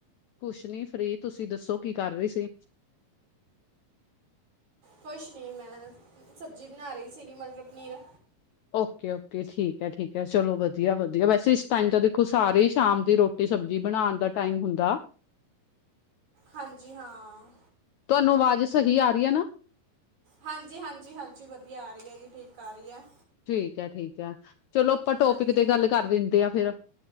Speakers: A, on the left; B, on the right.
A: ਕੁਛ ਨੀ ਫਰੀ, ਤੁਸੀਂ ਦੱਸੋ ਕੀ ਕਰ ਰਹੀ ਸੀ?
B: ਕੁੁਛ ਨਹੀਂ, ਮੈਂ ਸਬਜ਼ੀ ਬਣਾ ਰਹੀ ਸੀ। ਮਟਰ ਪਨੀਰ
A: ਓਕੇ ਓਕੇ ਠੀਕ ਹੈ, ਠੀਕ ਹੈ, ਚਲੋ ਵਧੀਆ ਵਧੀਆ, ਵੈਸੇ ਇਸ ਟਾਈਮ ਤਾਂ ਦੇਖੋ ਸਾਰੇ ਹੀ ਸ਼ਾਮ ਦੀ ਰੋਟੀ ਰੋਟੀ ਸਬਜ਼ੀ ਬਣਾਉਣ ਦਾ ਟਾਈਮ ਹੁੰਦਾ
B: ਹਾਂਜੀ, ਹਾਂ।
A: ਤੁਹਾਨੂੰ ਆਵਾਜ਼ ਸਹੀ ਆ ਰਹੀ ਹੈ ਨਾ?
B: ਹਾਂਜੀ ਹਾਂਜੀ ਹਾਂਜੀ, ਵਧੀਆ ਆ ਰਹੀ ਹੈ ਜੀ, ਠੀਕ ਆ ਰਹੀ ਹੈ।
A: ਠੀਕ ਹੈ ਠੀਕ ਹੈ, ਚਲੋ ਆਪਾਂ ਟੋਪਿਕ
B: ਹਾਂਜੀ
A: ਤੇ ਗੱਲ ਕਰ ਦਿੰਦੇ ਆਂ, ਫਿਰ